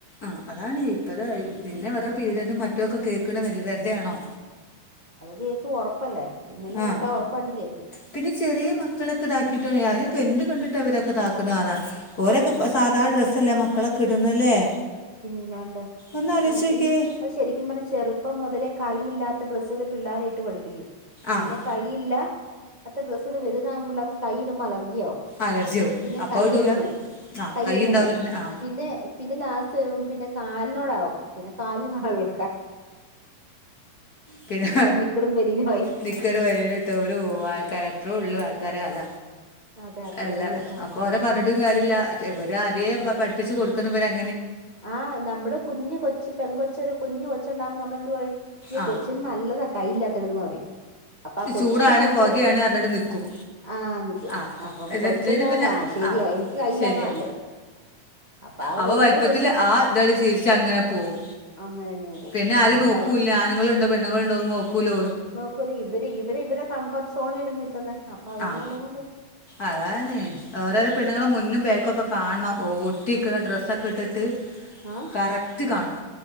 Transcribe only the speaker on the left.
ആ അതാണ് ഇപ്പത് പിന്നെ
ഇവരെ പീഡനും മറ്റ ചറ്റക്കെ കേൾക്കണ വെറുതയാണോ
ആഹ്
പിന്നെ ചെറിയ മക്കളൊക്കെ ഇതാക്കിട്ട് അയ് എന്ത് കണ്ടിട്ട് അവരൊക്കെ താക്കുന്നതാ ഓരൊക്കെ സാധഡ്രസ്സല്ലേ മക്കളൊക്കെ ഇടുന്നല്ലേ
ഒന്ന് ആലോചിച്ച്
നോക്കിയേ
ആ
അലർജി ആവും
അപ്പോൾ
ഇടൂല
ആ
കൈ ഉണ്ടാവില്ല
ആ
പിന്നെ
നിക്കറ് വനിയനുട്ടൊരു പോവും പോ ആൾക്കാര അത്ര ഉള്ളൂ ആൾക്കാര കഥ
അല്ല
അപ്പൊരെ പറഞ്ഞിട്ടും
കാര്യമില്ല ഇവര് ആദ്യേ പഠിപ്പിച്ച് കൊടു <unintelligible>
ആ
ചൂടാണ്
പുകയാണ് പറഞ്ഞിട്ട് നിൽക്കും
ആ
എന്നി-
എന്നിട്ട്
പിന്നെ
ആ
ശരിയാ
അപ്പോൾ
വലിപ്പത്തിൽ
ആ ഇതണ്ട് ശീലിച്ചങ്ങനെ പോകും
പിന്നെ ആരും
നോക്കൂല്ല ആണുങ്ങളുണ്ടോ പെണ്ണുൾണ്ടോ എന്ന് നോക്കു ഉലോ
ആ
അതാണ് ഓരോരോ പെണ്ണുങ്ങളെ മുന്നും ബേക്കൊക്കെ കാണണം ഓട്ടി <unintelligible> ഡ്രസ്സൊക്കെ ഇട്ടിട്ട്
കറക്റ്റ് കാണും